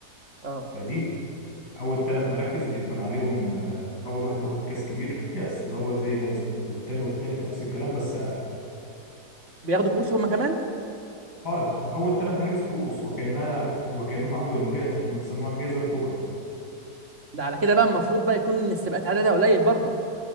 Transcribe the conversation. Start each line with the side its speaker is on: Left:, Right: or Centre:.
Right: اه
Left: فدي اول ثلاث مراكز بيكون عليهم آه، اول واحد بياخد كاس كبير كاس اللي هو زي جايزه والتاني والتالت نفس الكلام بس اقل
Right: بياخدوا كؤوس هما كمان
Left: اه اول ثلاث مراكز كؤوس وكانها وكانهم عملوا انجاز هم بيسموها الجائزه الكبرى
Right: ده على كده بقى المفروض بقى يكون السباقات عددها قليل برضو